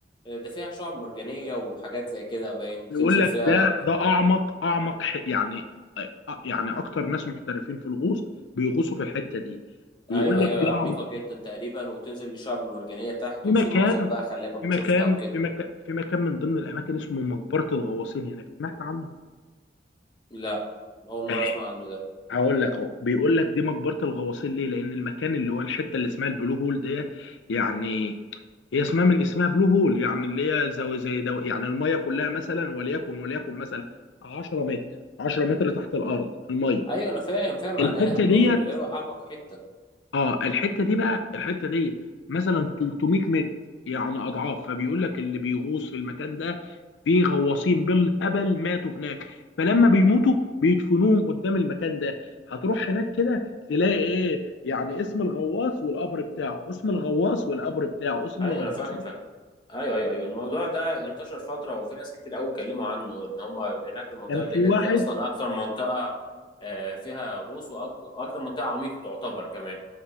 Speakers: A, on the left (about 25°); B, on the left (about 80°).
A: ده فيها شعاب مرجانيه وحاجات زي كده باين بتنزل
B: بيقول لك
A: فيها
B: ده ده اعمق اعمق ح- يعني آه، يعني اكتر ناس محترفين في الغوص بيغوصوا في الحته دي بيقول
A: ايوه
B: اه لك
A: هي
B: طبعا
A: عميقة جدا
B: يا
A: تقريبا وبتنزل للشعب المرجانية تحت
B: في
A: وفي
B: مكان
A: مناظر بقى خلابة بتشوفها
B: في مكان
A: وكده
B: في مكان في مكان من ضمن الاماكن اسمه مقبره الغواصين هناك سمعت عنه
A: لا اول مرة
B: آه،
A: اسمع عنه ده
B: هقول لك اهو بيقول لك دي مقبره الغواصين ليه لان المكان اللي هو الحته اللي اسمها البلو هول ديت يعني هي اسمها من اسمها بلو هول يعني اللي هي زي زي دو يعني الميه كلها مثلا وليكن وليكن مثلا 10 متر 10 متر تحت الارض الميه
A: ايوه انا فاهم فاهم معناها
B: الحته
A: بنقول
B: ديت
A: اللي هو اعمق حتة
B: اه الحته دي بقى الحته دي مثلا 300 متر يعني اضعاف فبيقول لك اللي بيغوص في المكان ده في غواصين بالهبل ماتوا هناك فلما بيموتوا بيدفنوهم قدام المكان ده هتروح هناك كده تلاقي ايه يعني اسم الغواص والقبر بتاعه اسم الغواص والقبر بتاعه اسم
A: ايوه
B: الغواص
A: انا فاهم فاهم ايوه ايوه ايوه الموضوع ده انتشر فترة وفي ناس كتير قوي اتكلموا عنه ان هم هناك المنطقة
B: كان
A: اللي
B: في
A: هناك
B: واحد
A: دي اصلا اكتر منطقة آه، فيها غوص واكتر منطقة عميقة تعتبر كمان